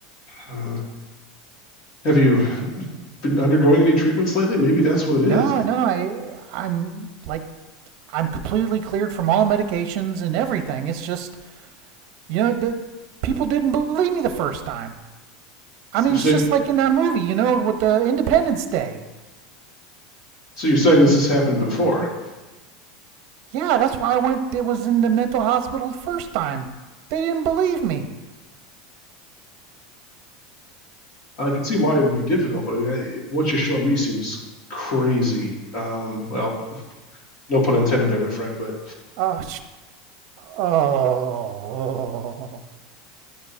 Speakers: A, on the left; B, on the right.
A: uh, have you been undergoing any treatments lately? Maybe that's what it
B: No,
A: is.
B: no, I I'm like I'm completely cleared from all medications and everything. It's just, you know, the, people didn't believe me the first time.
A: So
B: I mean,
A: you're saying
B: it's just like in that movie, you know, with the Independence Day.
A: so you're saying this has happened before.
B: Yeah, that's why I went. It was in the mental hospital the first time. They didn't believe me.
A: I can see why it would be difficult, but I mean, I, what you're showing me seems crazy. Um, well, no pun intended there, my friend. But
B: Oh, oh, oh.